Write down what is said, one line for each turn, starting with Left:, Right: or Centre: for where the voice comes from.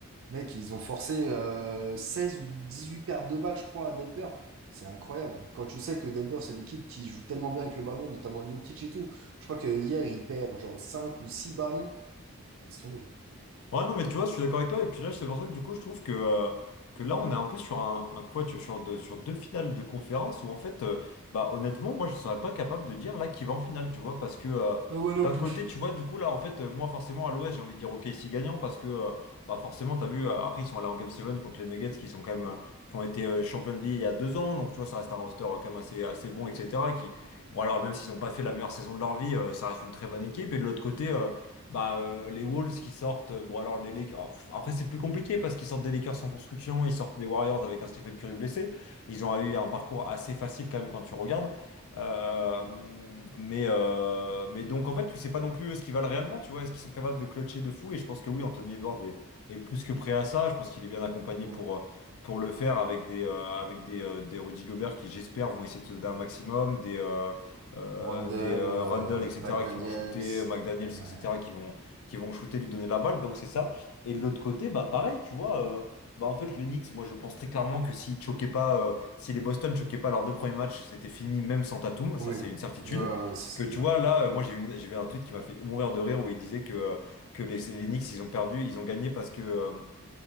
Right: Mec, ils ont forcé euh, 16 ou huit pertes de balles, je crois, à Denver. C'est incroyable. Quand tu sais que Denver, c'est une équipe qui joue tellement bien avec le ballon, notamment Jokic et tout. Je crois que hier, il perd genre 5 ou 6 ballons. Ah, laisse tomber.
Left: Ouais, non, mais tu vois, je suis d'accord avec toi. Et puis là, c'est pour ça que du coup, je trouve que, euh, que là, on est un peu sur un, un quatu- sur, deux, sur deux finales de conférence où, en fait, euh, bah, honnêtement, moi, je serais pas capable de dire là qui va en finale, tu vois, parce que euh,
Right: Ah ouais, non
Left: d'un
Right: plus.
Left: côté, tu vois, du coup, là, en fait, euh, moi, forcément, à l'Ouest, j'ai envie de dire ok OKC gagnant parce que, euh, bah, forcément, t'as vu, euh, après, ils sont allés en Game 7 contre les Nuggets qui sont quand même, euh, qui ont été euh, champions de NBA il y a deux ans, donc, tu vois, ça reste un roster euh, quand même assez, assez bon, etc. Qui, bon, alors, même s'ils n'ont pas fait la meilleure saison de leur vie, euh, ça reste une très bonne équipe. Et de l'autre côté, euh, bah, euh, les Wolves qui sortent, euh, bon alors les Lakers, oh, pff, après c'est plus compliqué parce qu'ils sortent des Lakers sans construction, ils sortent des Warriors avec un Stephen Curry blessé, ils ont eu un parcours assez facile quand même quand tu regardes. Euh, mais, euh, mais donc en fait tu sais pas non plus eux, ce qu'ils valent réellement, tu vois, est-ce qu'ils sont capables de clutcher de fou, et je pense que oui, Anthony Edwards est, est plus que prêt à ça, je pense qu'il est bien accompagné
Right: Ouais.
Left: pour... euh, pour le faire avec des, euh, avec des, euh, des Rudy Gobert qui, j'espère, vont essayer de se donner un maximum, des, euh, euh,
Right: Randle,
Left: des euh,
Right: euh,
Left: Rundle, etc.,
Right: McDaniels.
Left: qui vont shooter, euh, McDaniels, etc.,
Right: Ouais.
Left: qui vont, qui vont shooter, lui donner la balle. Donc c'est ça. Et de l'autre côté, bah pareil, tu vois, euh, bah en fait, les Knicks, moi je pense très clairement que s'ils choquaient pas, euh, si les Boston choquaient pas leurs deux premiers matchs, c'était fini même sans Tatum, ça
Right: Oui,
Left: c'est une certitude.
Right: Ouais, ouais, ça, c'est
Left: Que tu
Right: clair.
Left: vois, là, euh, moi j'ai vu, une- j'ai vu un tweet qui m'a fait mourir de rire où il disait que, euh, que les, les Knicks, ils ont perdu, ils ont gagné parce que. euh,